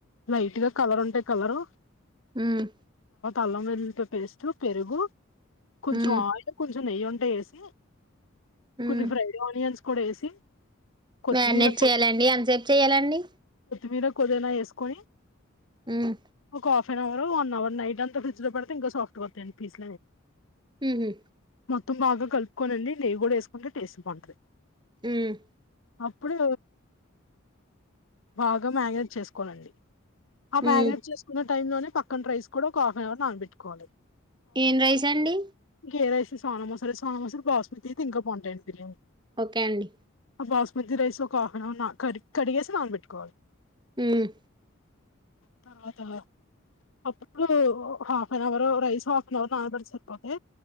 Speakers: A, on the left; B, on the right.
A: లైట్ గా కలర్ ఉంటాయి కలరు
B: హమ్
A: అల్లం ఎల్లిపాయ పేస్ట్ పెరుగు కొంచెం
B: మ్మ్
A: ఆయిల్ కొంచెం కొంచెం నెయ్యి ఉంటే వేసి
B: మ్మ్
A: కొన్ని ఫ్రైడ్ ఆనియన్స్ కూడా వేసి కొత్తిమీర
B: మ్యారనేట్ చెయ్యాలండి ఎంతసేపు చెయ్యాలండి
A: మీర కొదనా వేసుకొని
B: మ్మ్
A: ఒక half an hour one hour night అంత ఫ్రిడ్జ్ లో పడితే ఇంకా సాఫ్ గాస్తాయి పీస్
B: మ్హూ
A: మొత్తం బాగా కలుపుకోనండి నెయ్యి కూడా వేసుకుంటే టేస్ట్ బాంటది
B: ఉమ్
A: అప్పుడు బాగా మ్యారినేట్ చేసుకోవాలండి ఆ
B: మ్మ్
A: మ్యారినేట్ చేసుకున్న టైం లోనే పక్కన రైస్ కూడా ఒక హాఫ్ అన్ అవర్ నానబెట్టుకోవాలి
B: ఏం రైస్ అండి
A: ఇంకే రైస్ సోనమసురి సోనమసురి బాస్మతి అయితె ఇంకా బాగుంటాయండి బిర్యాని
B: ఓకే అండి
A: అ బాస్మతి రైస్ ఒక హాఫ్ అన్ అవర్ న కరి కడిగేసి నానబెట్టుకోవాలి
B: ఉమ్
A: <unintelligible> అప్పుడు half an hour rice water లో నానబెడితే సరిపోది.